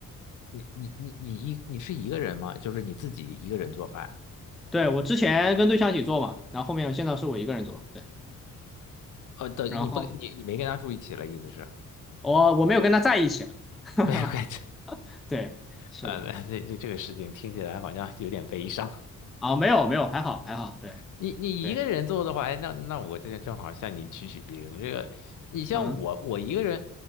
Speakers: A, on the left; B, in the centre.
A: 你你你你一你是一个人吗？就是你自己一个人做饭？
B: 对，我之前跟对象一起做嘛，然后后面现在是我一个人做，对，
A: 呃，等你不你你没跟他住一起了，
B: 然后
A: 意思是？
B: 我我没有跟他在一起了。
A: <laughs>
B: <laughs>
A: 没有关系。
B: 对，是的，
A: 呃，那这这个事情听起来好像有点悲伤。
B: 啊，没有没有，还好还好，对
A: 你你一个人做的话，
B: 对，
A: 哎那那我这正好向你取取经。这个，你像我，
B: 嗯
A: 我一个人，